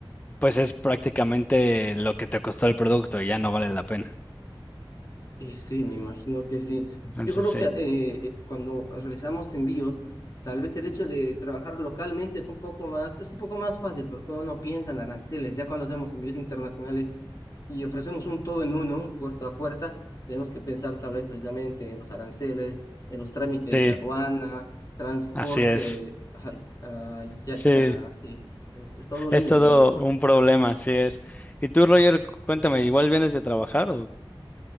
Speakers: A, on the left; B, on the left.
A: pues es prácticamente lo que te costó el producto y ya no vale la pena.
B: Y sí, me imagino que sí.
A: Entonces
B: Yo creo
A: sí.
B: que eh, eh, cuando realizamos envíos, tal vez el hecho de trabajar localmente es un poco más, es un poco más fácil porque uno no piensa en aranceles. Ya cuando hacemos envíos internacionales y ofrecemos un todo en uno, un puerta a puerta, tenemos que pensar tal vez precisamente en los aranceles, en los trámites
A: Sí,
B: de aduana, transporte.
A: así es.
B: ajá, ah, ya,
A: Sí,
B: ah, sí, es, es todo un
A: es
B: lío,
A: todo
B: la verdad.
A: un problema, así es. Y tú, Roger, cu- cuéntame, ¿igual vienes de trabajar o